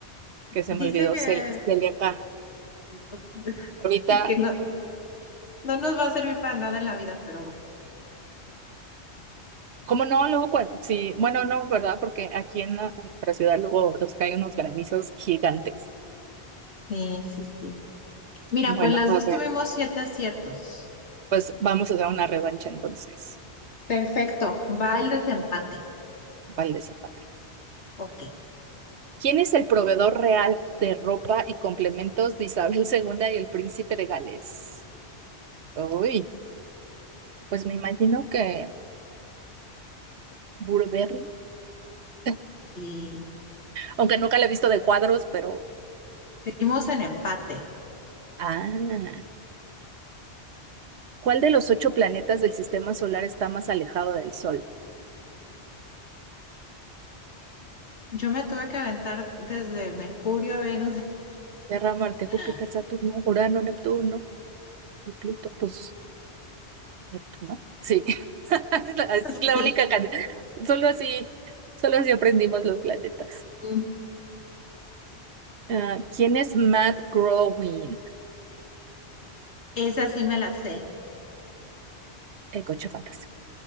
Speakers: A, on the left; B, on the right.
A: dice
B: que se me olvidó,
A: que,
B: Cel- Celia acá.
A: <laughs>
B: Ahorita
A: que no, no nos va a servir para nada en la vida, pero bueno.
B: Como no, luego cuando, sí, bueno, no, ¿verdad? Porque aquí en, la- en nuestra ciudad luego nos caen unos granizos gigantes.
A: Sí, sí, sí. Mira,
B: Bueno,
A: pues las
B: A
A: dos
B: ver,
A: tuvimos siete aciertos.
B: pues vamos a hacer una revancha entonces.
A: Perfecto, va el desempate.
B: Vale, Zapata.
A: Ok,
B: ¿Quién es el proveedor real de ropa y complementos de Isabel <laughs> II y el príncipe de Gales? Uy, pues me imagino que Burberry, <laughs>
A: y
B: aunque nunca la he visto de cuadros, pero...
A: seguimos en empate.
B: Ah, ¿cuál de los ocho planetas del sistema solar está más alejado del Sol?
A: Yo me tuve que aventar desde Mercurio a Venus.
B: Tierra, Marte,
A: <laughs>
B: Júpiter, Saturno, Urano, Neptuno. Y Pluto, pues Neptuno. Sí, <laughs> es la, es
A: Sí.
B: la única can- Solo así, solo así aprendimos los planetas.
A: Mm.
B: Ah, ¿quién es Matt Groening?
A: Esa sí me la sé.
B: El coche fantástico.